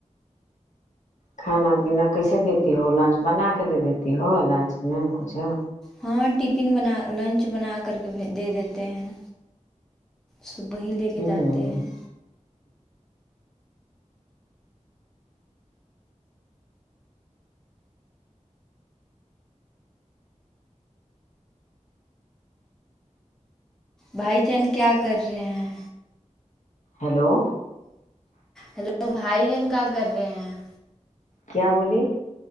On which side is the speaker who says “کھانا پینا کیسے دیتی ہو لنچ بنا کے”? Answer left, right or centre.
Left